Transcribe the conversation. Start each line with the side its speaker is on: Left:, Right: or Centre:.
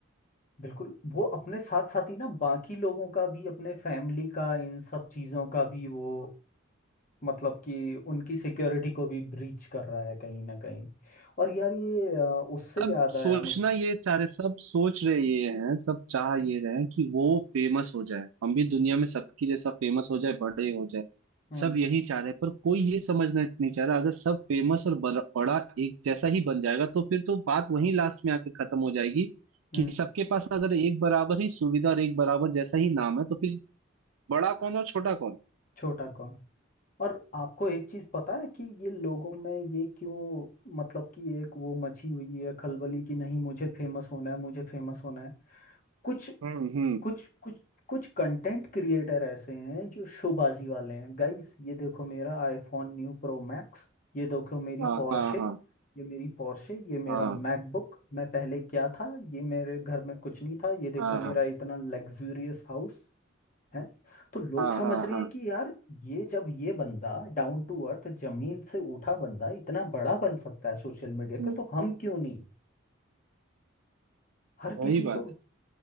Left: बिल्कुल वो अपने साथ साथ ही ना बाकी लोगों का भी अपने फैमिली का इन सब चीजों का भी वो मतलब कि उनकी सिक्योरिटी को भी ब्रीच कर रहा है कहीं ना कहीं और यार ये अ, उससे
Right: सब
Left: याद आया
Right: सोचना
Left: मुझे
Right: ये चारे सब सोच रहे ये हैं सब चाह ये रहे हैं कि वो फेमस हो जाए हम भी दुनिया में सबकी जैसा फेमस हो जाए बड़े हो जाए
Left: हम्म
Right: सब यही चाह रहे हैं पर कोई ये समझना नहीं चाह रहा अगर सब फेमस और बड़ा बड़ा एक जैसा ही बन जाएगा तो फिर तो बात वहीं लास्ट में आके खत्म हो जाएगी
Left: हम्म
Right: कि सबके पास अगर एक बराबर ही सुविधा और एक बराबर जैसा ही नाम है तो फिर बड़ा कौन और छोटा कौन
Left: छोटा कौन और आपको एक चीज पता है कि ये लोगों में ये क्यों मतलब कि एक वो मची हुई है खलबली कि नहीं मुझे फेमस होना है मुझे फेमस होना है कुछ
Right: हम्म हम्म
Left: कुछ कुछ कुछ कंटेंट क्रिएटर ऐसे हैं जो शोबाजी वाले हैं गाइस ये देखो मेरा आईफोन न्यू प्रो मैक्स ये देखो मेरी
Right: हाँ
Left: पोर्शे
Right: हाँ हाँ
Left: ये मेरी पोर्शे ये मेरा
Right: हाँ
Left: मैकबुक मैं पहले क्या था ये मेरे घर में कुछ नहीं था ये देखो
Right: हाँ
Left: मेरा इतना लग्जूरियस हाउस है तो लोग
Right: हाँ
Left: समझ
Right: हाँ
Left: रहे
Right: हाँ
Left: हैं कि यार ये जब ये बंदा डाउन टू अर्थ जमीन से उठा बंदा इतना बड़ा बन सकता है सोशल मीडिया
Right: हम्म,
Left: पे तो हम क्यों नहीं हर
Right: वही
Left: किसी
Right: बात
Left: को